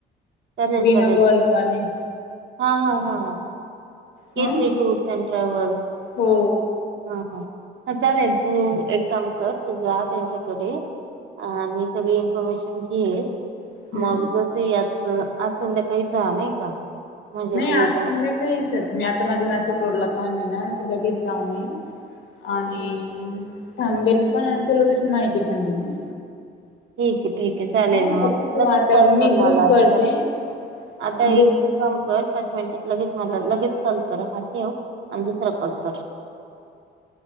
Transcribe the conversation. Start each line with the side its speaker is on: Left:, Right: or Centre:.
Right: चालेल
Left: मीना
Right: चालेल
Left: गोल्डवाने
Right: हा हा हा
Left: हा
Right: केसरी टूर्स अँड ट्रॅव्हल्स.
Left: हो
Right: हा हा. हा चालेल तू एक काम कर तू जा त्यांच्याकडे अमी सगळी इन्फॉर्मेशन कीये
Left: हम्म.
Right: मग जस यात अ आज संध्याकाळी झा नाही का? म्हणजे
Left: नाही
Right: तू
Left: आज
Right: उद्या
Left: समधा काहीचच मी आता माझं नाशिक रोडला काम आहे ना ते लगेच जाऊन येईन. आणि
Right: हं,
Left: थांबेल पण आणि तुला तशी माहिती पण दिन मी
Right: ठीक ठीक चालेल
Left: हा
Right: मग
Left: फक्त तू
Right: लगेच
Left: आता
Right: कॉल
Left: मी
Right: कर
Left: ग्रुप
Right: मला
Left: करते
Right: आता आता
Left: ग्रुप
Right: एक तू काम कर पाच मिनिटात लगेच. मला लगेच कॉल करा हा ठेव आणि दुसरा कॉल कर.